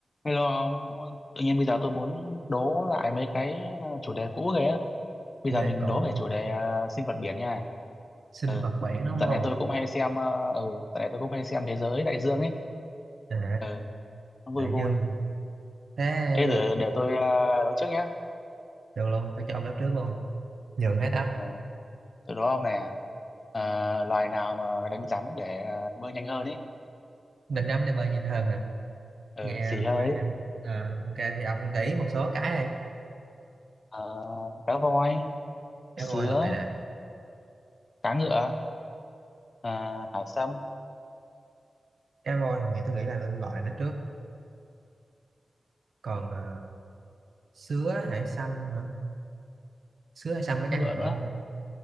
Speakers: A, on the left; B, on the right.
A: Hello ông, tự nhiên bây giờ tôi muốn đố lại mấy cái ờ, chủ đề cũ ghê á. Bây
B: chủ
A: giờ
B: đề
A: mình
B: cũ
A: đố
B: hả?
A: về chủ đề ờ, sinh vật biển nha.
B: sinh
A: Ừ.
B: vật biển đúng
A: Dạo
B: không
A: này tôi cũng hay xem, ờ, ừ, dạo này tôi cũng hay xem Thế giới đại dương ấy.
B: à
A: Ừ, nó vui
B: đại
A: vui.
B: dương thế
A: Thế để, để tôi ờ, đố trước nhá.
B: được luôn tôi chọn lớp trước luôn nhường hết á
A: Ừ, tôi đố ông nè. Ờ, loài nào mà đánh rắm để ờ, bơi nhanh hơn ấy.
B: định đắm để bơi nhìn hơn hả
A: Ừ,
B: nghe
A: xì
B: vui
A: hơi ấy.
B: vậy à ok thì ông nghĩ một số cái đi
A: Ờ, cá voi,
B: cá
A: sứa,
B: voi loại nè
A: cá ngựa, ờ, hải sâm,
B: cá voi thì nghĩ tôi nghĩ là nên loại nó trước còn à, sứa hải sâm hả sứa hải sâm
A: cá
B: với cá
A: ngựa
B: ngựa
A: nữa.